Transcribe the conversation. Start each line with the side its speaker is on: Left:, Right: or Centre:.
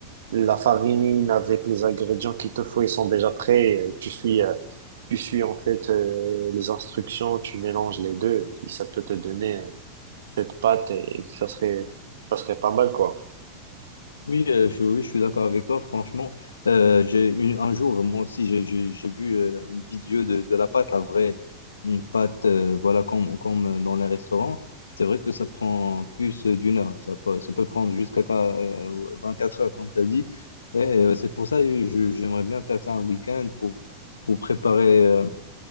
Right: la farine avec les ingrédients qu'il te faut, ils sont déjà prêts. et Tu suis, euh, tu suis en fait euh, les instructions, tu mélanges les deux. et Ça peut te donner euh, cette pâte et et ça serait, ça serait pas mal quoi.
Left: Oui, euh, je, oui, je suis d'accord avec toi, franchement. Euh, j'ai eu- un jour, moi aussi, j'ai j'ai- j'ai vu euh, une vidéo de, de la pâte, la vraie une pâte, euh, voilà, comme, comme euh, dans les restaurants. C'est vrai que ça prend plus euh, d'une heure. Ça peut, ça peut prendre jusqu'à ta- euh, 24 heures, comme tu as dit. Et euh, c'est pour ça que je- j'aimerais bien faire ça un week-end pour, pour préparer euh,